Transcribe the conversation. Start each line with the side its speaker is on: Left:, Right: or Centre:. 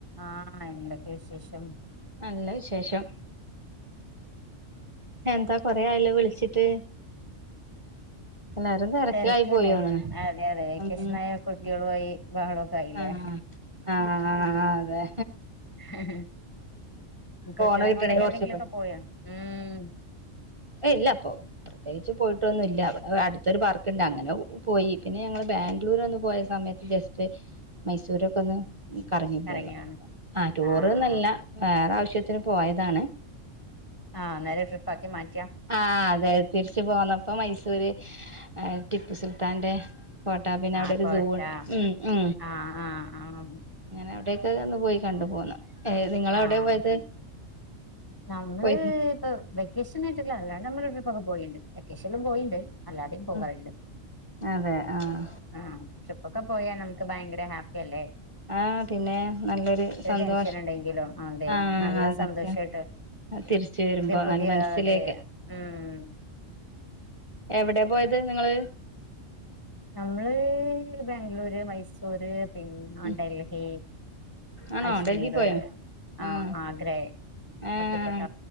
Left: ആഹ എന്തൊക്കെ വിശേഷം
Right: നല്ല വിശേഷം എന്താ കൊറെ ആയല്ലോ വിളിച്ചിട്ട്? എല്ലാരും തിരക്കിലായി
Left: തിരക്കല്ലേ,
Right: പോയോന്നണ്
Left: അതെ അതെ വെക്കേഷൻ
Right: ഉം ഉം
Left: ആയാൽ കുട്ടികളുമായി ബഹളം ഒക്കേ ആയില്ലേ,
Right: ആഹ് ആഹ് അതെ
Left: ഹിഹി ഹി,
Right: ഫോണ്
Left: കുട്ടികളെയും
Right: കിട്ടണേ
Left: കൊണ്ട്
Right: കുറച്ച്
Left: എവിടെ എങ്കിലും ഒക്കെയ് പോയോ? ഉം..
Right: ഇല്ല അപ്പൊ പ്രത്യേകിച്ച് പോയിട്ടൊന്നുംല്ല ഇവിടെ അടുത്തൊരു പാർക്ക് ഇണ്ട് അങ്ങനെ പോയി പിന്നെ ഞങ്ങള് ബാംഗ്ലൂര് ഒന്ന് പോയ സമയത്ത് ജസ്റ്റ് മൈസൂരൊക്കെ ഒന്ന്- ഈ കറങ്ങി
Left: കറങ്ങിയാണ്
Right: പോന്നു- ആ ടൂറ്ന്നല്ല
Left: ആഹ് ആഹ്
Right: വേറെ ആവിശ്യം. വിശ്യത്തിന് പോയതാണ്
Left: ആഹ് നേരെ ട്രിപ്പ് ആക്കി മാറ്റിയ
Right: ആഹ അതെതെ തിരിച്ചു പോന്നപ്പോ മൈസൂര് ടിപ്പു സുൽത്താൻന്റെ കോട്ടാ പിന്നെ അവിടെ
Left: ആഹ്
Right: ഒരു
Left: കോട്ട
Right: സൂ ഉണ്ട് ഉ ഉ
Left: ആഹ് ആഹ് ആഹ്
Right: അങ്ങനെ അവിടെ ചേർന്ന് പോയി കണ്ടു പോന്നു ഏ നിങ്ങൾ എവിടെ
Left: ആഹ്
Right: ആ പോയത്?
Left: നമ്മള്
Right: പോയിരുന്നു
Left: ഇപ്പ വെക്കേഷൻ ആയിട്ടുള്ളല്ലേ നമ്മളവിടെക്കൊക്കെ പോയിട്ടുണ്ട് വെക്കേഷനിലും പോയിണ്ട് അല്ലാതെയും പോകറുണ്ട്
Right: ഉം അതെ ആഹ്
Left: ആ ട്രിപ്പ് ഒക്കെ പോയാൽ നമുക്ക് ഭയങ്കര ഹാപ്പ ക്കല്ലെ
Right: ആഹ പിന്നെ നല്ലൊരു സന്തോഷം
Left: ടെൻഷൻ ഉണ്ടെങ്കിലും അതെ
Right: ആഹ
Left: നല്ല
Right: അതൊക്കെ
Left: സന്തോഷായിട്ട്
Right: തിരിച്ച വരുമ്പോ
Left: പുതിയ പുതിയ
Right: നല്ല മനസ്സിലേക്ക്
Left: അതെ ഉം
Right: എവിടെയാ പോയത് നിങ്ങള്
Left: നമ്മള് ബാംഗ്ലൂര് മൈസൂര് പിന്നെ
Right: ഉം
Left: ഡൽഹി
Right: ആണോ
Left: അജ്മീർ
Right: ഡൽഹി പോയോ
Left: ആ
Right: ആഹ്
Left: ആഗ്രെ
Right: ആഹ്
Left: മുത്തുപട്ട